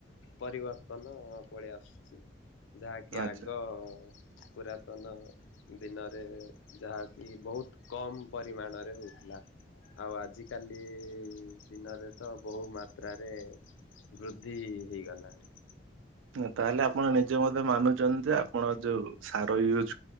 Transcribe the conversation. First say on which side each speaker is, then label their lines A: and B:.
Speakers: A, on the left (about 85°); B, on the right (about 90°).
A: ପରିବର୍ତ୍ତନ ପଳେଇ ଆସୁଛି ଯାହାକି
B: ଆଚ୍ଛା
A: ଆଗ ପୁରା ନୂର୍ତନ ଦିନରେ ଯାହାକି ବହୁତ କମ୍ ପରିମାଣରେ ହଉଥିଲା। ଆଉ ଆଜିକାଲି ଦିନରେ ତ ବହୁ ମାତ୍ରାରେ ବୃଦ୍ଧି ହେଇଗଲାଣି।
B: ନା ତାହେଲେ ଆପଣ ନିଜେ ମଧ୍ୟ ମାନୁଛନ୍ତି ଯେ ଆପଣ ଯୋଉ ସାର ୟୁଜ